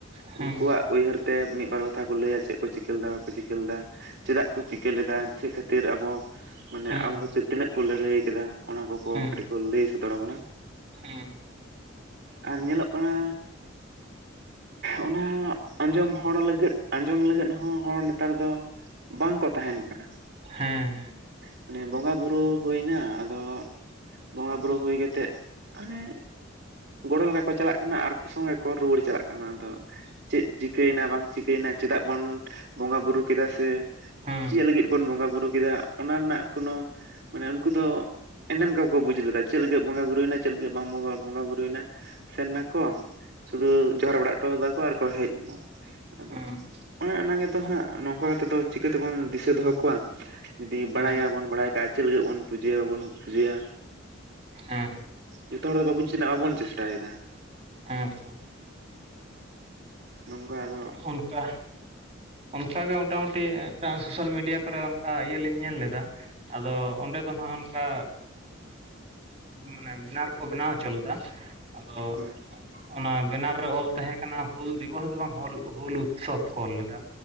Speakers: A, on the right; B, on the right.
A: ᱦᱮᱸ
B: ᱩᱱᱠᱩᱣᱟᱜ ᱩᱭᱦᱟᱹᱨ ᱛᱮ ᱢᱤᱫ ᱵᱟᱨ ᱠᱟᱛᱷᱟ ᱠᱚ ᱞᱟᱹᱭᱟ ᱪᱮᱫ ᱠᱚ ᱪᱤᱠᱟᱹ ᱞᱮᱫᱟ᱾ ᱠᱚ ᱪᱤᱠᱟᱹ ᱞᱮᱫᱟ ᱪᱮᱫᱟᱜ ᱠᱚ ᱪᱤᱠᱟᱹ ᱞᱮᱫᱟ ᱪᱮᱫ ᱠᱷᱟᱹᱛᱤᱨ ᱟᱵᱚ ᱢᱟᱱᱮ
A: ᱦᱮᱸ
B: ᱟᱵᱚ ᱠᱷᱟᱹᱛᱤᱨ ᱛᱤᱱᱟᱹᱜ ᱠᱚ ᱞᱟᱹᱲᱦᱟᱹᱭ ᱠᱟᱫᱟ ᱚᱱᱟ ᱠᱚᱠᱚ
A: ᱦᱮᱸ
B: ᱠᱟᱹᱴᱤᱡ ᱠᱚ ᱞᱟᱹᱭ ᱥᱚᱫᱚᱨ ᱟᱵᱚᱱᱟ᱾
A: ᱦᱮᱸ
B: ᱟᱨ ᱧᱮᱞᱚᱜ ᱠᱟᱱᱟ? ᱚᱱᱟ ᱟᱸᱡᱚᱢ ᱦᱚᱲ ᱞᱟᱹᱜᱤᱫ ᱟᱸᱡᱚᱢ ᱞᱟᱹᱜᱤᱫ ᱦᱚᱸ ᱦᱚᱲ ᱱᱮᱛᱟᱨ ᱫᱚ ᱵᱟᱝᱠᱚ ᱛᱟᱦᱮᱱ ᱠᱟᱱᱟ
A: ᱦᱮᱸ ᱦᱮᱸ
B: ᱢᱟᱱᱮ ᱵᱚᱸᱜᱟ ᱵᱩᱨᱩ ᱦᱩᱭᱱᱟ ᱟᱫᱚ ᱵᱚᱸᱜᱟ ᱵᱩᱨᱩ ᱦᱩᱭ ᱠᱟᱛᱮᱫ ᱚᱱᱮ ᱜᱚᱲᱚ ᱞᱮᱠᱟ ᱠᱚ ᱪᱟᱞᱟᱜ ᱠᱟᱱᱟ ᱟᱨ ᱠᱚ ᱥᱚᱸᱜᱮ ᱠᱚ ᱨᱩᱭᱟᱹᱲ ᱪᱟᱞᱟᱜ ᱠᱟᱱᱟ ᱟᱫᱚ ᱪᱮᱫ ᱪᱤᱠᱟᱹᱭᱮᱱᱟ ᱵᱟᱝ ᱪᱤᱠᱟᱹᱭᱮᱱᱟ ᱪᱮᱫᱟᱜ ᱵᱚᱱ ᱵᱚᱸᱜᱟ ᱵᱩᱨᱩ ᱠᱮᱫᱟ ᱥᱮ
A: ᱦᱮᱸ
B: ᱪᱮᱫ ᱞᱟᱹᱜᱤᱫ ᱵᱚᱱ ᱵᱚᱸᱜᱟ ᱵᱩᱨᱩ ᱠᱮᱫᱟ ᱚᱱᱟ ᱨᱮᱱᱟᱜ ᱠᱳᱱᱳ ᱢᱟᱱᱮ ᱩᱱᱠᱩ ᱫᱚ ᱮᱱᱮᱢ ᱜᱮ ᱵᱟᱠᱚ ᱵᱩᱡᱽ ᱞᱮᱫᱟ ᱪᱮᱫ ᱞᱟᱜᱤᱫ ᱵᱚᱸᱜᱟ ᱵᱩᱨᱩᱭᱮᱱᱟ ᱪᱮᱫ ᱞᱟᱹᱜᱤᱫ ᱵᱟᱢ ᱵᱚᱸᱜᱟ ᱵᱩᱨᱩᱭᱮᱱᱟ ᱥᱮᱱ ᱱᱟ ᱠᱚ ᱥᱩᱫᱩ ᱡᱚᱦᱟᱨ ᱵᱟᱲᱟ ᱦᱚᱴᱚᱭᱟ ᱫᱟᱠᱚ ᱟᱨ ᱠᱚ ᱦᱮᱡ ᱮᱱᱟ ᱟᱫᱚ
A: ᱦᱮᱸ
B: ᱚᱱᱮ ᱚᱱᱟᱱᱟᱜ ᱜᱮᱛᱚ ᱦᱟᱸᱜ ᱱᱚᱝᱠᱟ ᱠᱟᱛᱮ ᱫᱚ ᱪᱤᱠᱟᱹ ᱛᱮᱵᱚᱱ ᱫᱤᱥᱟᱹ ᱫᱚᱦᱚ ᱠᱚᱣᱟ᱾ ᱡᱩᱫᱤ ᱵᱟᱲᱟᱭ
A: ᱦᱮᱸ ᱦᱮᱸ
B: ᱜᱮ ᱵᱟᱲᱟᱭ ᱵᱟᱲᱟᱭ ᱠᱟᱜ-ᱟ ᱪᱮᱫ ᱞᱟᱜᱤᱫ ᱵᱚᱱ ᱯᱩᱡᱟᱹᱭᱟ ᱵᱟᱵᱚᱱ ᱯᱩᱡᱟᱹᱭᱟ
A: ᱛᱚ ᱦᱮᱸ
B: ᱡᱚᱛᱚ ᱦᱚᱲ ᱫᱚ <unintelligible> ᱵᱟᱵᱚᱱ ᱪᱮᱥᱴᱟᱭᱮᱫᱟ
A: ᱦᱮᱸᱛᱚ
B: ᱱᱚᱝᱠᱟ ᱟᱫᱚ
A: ᱚᱱᱠᱟ ᱚᱱᱠᱟᱜ ᱜᱮ ᱢᱚᱴᱟᱢᱩᱴᱤ ᱢᱤᱫᱴᱟᱝ ᱥᱳᱥᱟᱞ ᱢᱤᱰᱤᱭᱟ ᱠᱚᱨᱮ ᱚᱱᱠᱟ ᱤᱭᱟᱹ ᱞᱤᱧ ᱧᱮᱞ ᱞᱮᱫᱟ᱾ ᱟᱫᱚ ᱚᱸᱰᱮ ᱫᱚ ᱱᱟᱦᱟᱸᱜ ᱚᱱᱠᱟ ᱢᱟᱱᱮ ᱵᱮᱱᱟᱨ ᱠᱚ ᱵᱮᱱᱟᱣ ᱦᱚᱪᱚ ᱞᱮᱫᱟ ᱟᱫᱚ
B: ᱦᱳᱭ
A: ᱚᱱᱟ ᱵᱮᱱᱟᱨ ᱨᱮ ᱚᱞ ᱛᱟᱦᱮᱸ ᱠᱟᱱᱟ ᱦᱩᱞ ᱫᱤᱵᱚᱥ ᱫᱚ ᱵᱟᱝ ᱦᱚᱞ ᱦᱩᱞ ᱩᱛᱥᱚᱵ ᱠᱚ ᱚᱞ ᱞᱮᱫᱟ